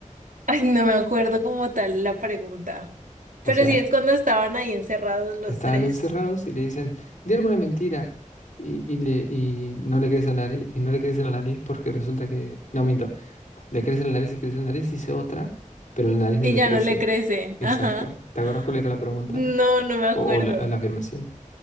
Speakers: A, on the right; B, on the left.
A: Ay, no me acuerdo como tal la pregunta.
B: O
A: Pero
B: sea,
A: sí es cuando estaban ahí encerrados los
B: estaban
A: tres.
B: encerrados y le dicen, di alguna mentira. Y, y, le, y no le crece la nariz, y no le crece la nariz porque resulta que... No, miento. Le crece la nariz, le crece la nariz, dice otra, pero la nariz no
A: Y
B: le
A: ya
B: crece.
A: no le crece.
B: Exacto.
A: Ajá.
B: ¿Te acuerdas cuál era la pregunta?
A: No, no me acuerdo.
B: O, o la, la afirmación.